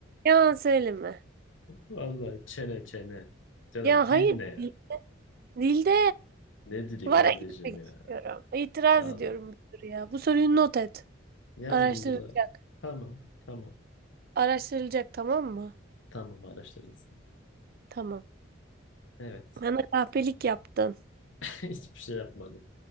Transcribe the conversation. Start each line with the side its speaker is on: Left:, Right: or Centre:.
Right: Yalan söyleme.
Left: Vallahi çene çene. Canım
Right: Ya
Left: dil
Right: hayır.
Left: ne ya?
Right: dil- Dilde.
Left: Ne dili
Right: Vara
Left: kardeşim
Right: gitmek
Left: ya?
Right: istiyorum. İtiraz
Left: Vallahi.
Right: ediyorum bu soruya. Bu soruyu not et.
Left: Yaz
Right: Araştırılacak.
Left: Google'a. Tamam, tamam,
Right: Araştırılacak tamam mı?
Left: tamam araştırırız.
Right: Tamam.
Left: Evet.
Right: Bana kahpelik yaptın.
Left: <laughs> Hiçbir şey yapmadım.